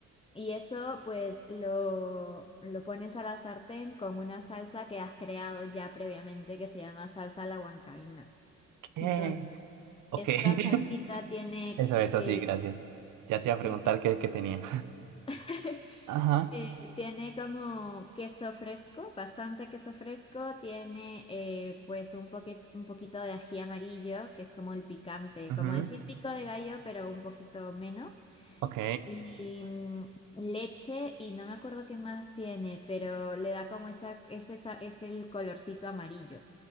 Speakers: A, on the left; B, on the right.
A: Y eso pues lo, lo pones a la sartén con una salsa que has creado ya previamente que se llama salsa a la huancaína.
B: ¿Qué?
A: Entonces,
B: Ok.
A: esta
B: <laughs>
A: salsita tiene
B: Eso, eso,
A: que,
B: sí, gracias. Ya te iba
A: sí,
B: a preguntar
A: sí,
B: qué, qué tenía.
A: <laughs>
B: Ajá.
A: eh, tiene como queso fresco, bastante queso fresco, tiene eh, pues un poque- un poquito de ají amarillo, que es como el picante,
B: Ujú.
A: como decir pico de gallo, pero un poquito menos.
B: Ok.
A: Y mm, leche y no me acuerdo qué más tiene, pero le da como esa, es esa, es el colorcito amarillo.